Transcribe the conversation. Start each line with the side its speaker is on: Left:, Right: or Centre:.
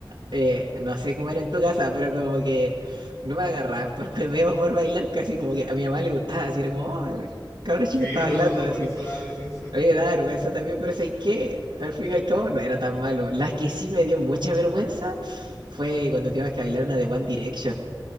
Right: eh, no sé cómo era en tu casa, pero como que no me agarraban por hueveo, por bailar, casi como que a mi mamá le gustaba, así era como, oh, el cabro chico
Left: sí,
Right: está
Left: pero
Right: bailando, así.
Left: por eso da vergüenza.
Right: Oye, da vergüenza también, pero ¿sabes qué? Al fin y al cabo no era tan malo. La que sí me dio mucha vergüenza fue cuando tuvimos que bailar una de One Direction.